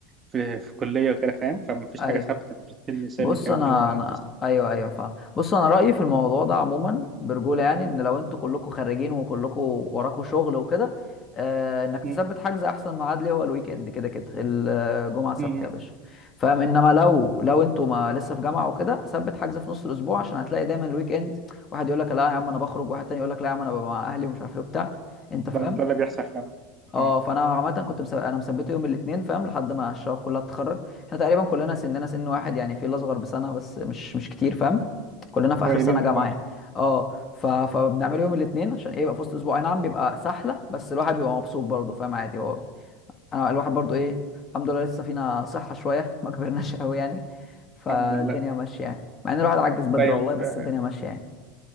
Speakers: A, on the right (about 25°); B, on the left (about 30°).
A: في, في كلية وكده فاهم فمفيش
B: ايوه
A: حاجة ثابتة مفيش سن ثابت
B: بص
A: يعني
B: انا
A: اللي هو
B: انا
A: بس
B: ايوه ايوه فاهم بص انا رايي في الموضوع ده عموما برجوله يعني ان لو انتوا كلكم خارجين وكلكم وراكم شغل وكده آه انك
A: م-
B: تثبت حجز احسن ميعاد ليه هو الويك اند كده كده الجمعه سبت
A: م-
B: يا
A: م.
B: باشا فاهم انما لو لو انتوا ما لسه في جامعه وكده ثبت حجز في نص الاسبوع عشان هتلاقي دايما الويك اند واحد يقول لك لا يا عم انا بخرج واحد تاني يقول لك لا يا عم انا ببقى مع اهلي ومش عارف ايه وبتاع انت
A: ده
B: فاهم
A: ده اللي بيحصل فعلا
B: اه
A: م.
B: فانا عامه كنت مسب... انا مثبته يوم الاثنين فاهم لحد ما الشباب كلها تتخرج احنا تقريبا كلنا سننا سن واحد يعني في اللي اصغر بسنه بس مش مش كتير فاهم كلنا في اخر
A: قريبين
B: سنه
A: من
B: جامعه
A: بعض
B: يعني. اه ف... فبنعمله يوم الاثنين عشان ايه يبقى في وسط اسبوع اي نعم بيبقى سحله بس الواحد بيبقى مبسوط برضه فاهم عادي هو انا الواحد برضه ايه الحمد لله لسه فينا صحه شويه <laughs> ما كبرناش قوي يعني فالدنيا
A: الحمد لله
B: ماشيه يعني مع ان الواحد عجز بدري
A: طيب
B: والله بس
A: آه،
B: الدنيا ماشيه يعني